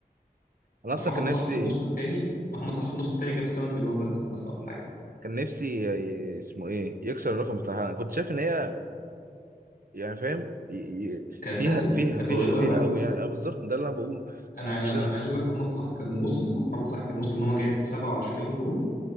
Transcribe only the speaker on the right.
انا
اصلا كان
نفسي
كان نفسي ي- اسمه ايه يكسر الرقم بتاعها انا كنت شايف ان هي يعني فاهم ي- ي-
فيها
فيها
فيها
فيها
قوي يعني اه بالظبط ده اللي انا بقوله
كنت شايف